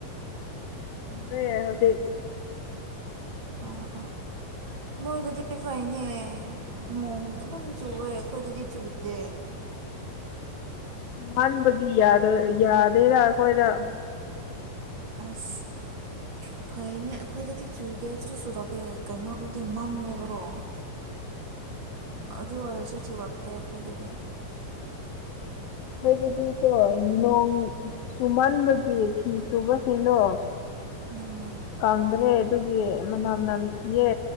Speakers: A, on the left; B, on the right.
A: ꯍꯧꯖꯤꯛ <unintelligible>
B: ꯑꯥ ꯅꯣꯏꯗꯗꯤ ꯐꯩꯅꯦ ꯅꯣꯡ ꯑꯗꯨꯝ ꯆꯨꯑꯦ ꯑꯩꯈꯣꯏꯗꯗꯤ ꯆꯨꯗꯦ
A: ꯃꯟꯕꯒꯤ ꯌꯥꯗꯕ ꯌꯥꯗꯦꯗ ꯑꯩꯈꯣꯏꯗ
B: ꯑꯁ ꯐꯩꯅꯦ ꯑꯩꯈꯣꯏꯗꯗꯤ ꯆꯨꯗꯦ ꯁꯨꯡꯆꯨ ꯆꯨꯔꯛꯇꯦ ꯀꯩꯅꯣꯗꯗꯤ ꯃꯝꯃꯦꯕꯣ
A: ꯑꯩꯈꯣꯏꯗꯗꯤꯀꯣ
B: ꯑꯗꯨ ꯑꯣꯏꯔꯁꯨ ꯆꯨꯔꯛꯇꯦ ꯑꯩꯈꯣꯏꯗꯗꯤ
A: ꯑꯩꯈꯣꯏꯗꯗꯤ ꯀꯣ ꯅꯣꯡ ꯆꯨꯃꯟꯕꯒꯤ ꯐꯤ ꯁꯨꯕꯁꯤꯡꯗꯣ
B: ꯎꯝ
A: ꯀꯪꯗ꯭ꯔꯦ ꯑꯗꯨꯒꯤ ꯃꯅꯝ ꯅꯝꯊꯤꯌꯦ